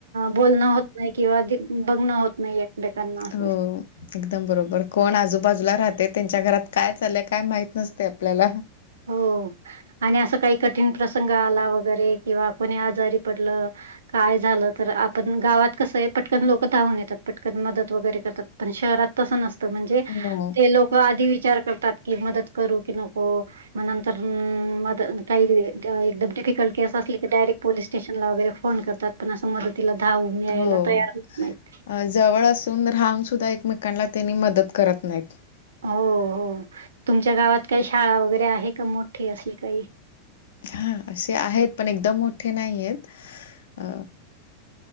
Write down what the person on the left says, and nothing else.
हो एकदम बरोबर कोण आजूबाजूला राहते त्यांच्या घरात काय चाललंय काय माहत नसते आपल्याला.
हो
हो
अ जवळ असून राहून सुद्धा एकमेकांना त्यांनी मदत करत नाहीत.
हा असे आहेत पण एकदम मोठे नाही आहेत अ